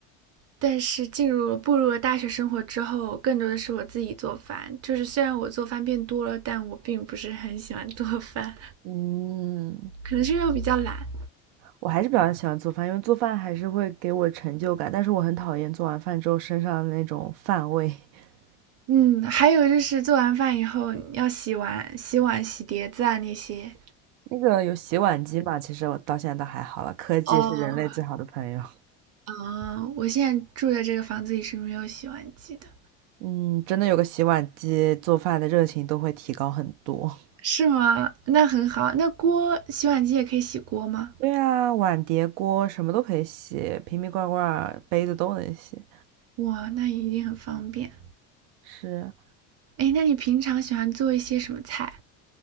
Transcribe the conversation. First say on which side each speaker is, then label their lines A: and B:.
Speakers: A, on the right (about 40°); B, on the right (about 80°).
A: 但是进入了步入了大学生活之后，更多的是我自己做饭。就是虽然我做饭变多了，但我并不是很喜欢做饭，
B: 嗯，
A: 可能是因为我比较懒。
B: 我还是比较喜欢做饭，因为做饭还是会给我成就感，但是我很讨厌做完饭之后身上的那种饭味。<laughs>
A: 嗯，还有就是做完饭以后你要洗碗、洗碗、洗碟子啊那些。
B: 那个有洗碗机嘛，其实我到现在倒还好了，科技是人类最好的朋友。
A: 哦，啊，我现在住的这个房子里是没有洗碗机的，
B: 嗯，真的有个洗碗机，做饭的热情都会提高很多。
A: 是吗？那很好，那锅洗碗机也可以洗锅吗？
B: <laughs> 对啊，碗碟锅什么都可以洗，瓶瓶罐罐杯子都能洗。
A: 哇，那一定很方便。
B: 是，
A: 哎，那你平常喜欢做一些什么菜？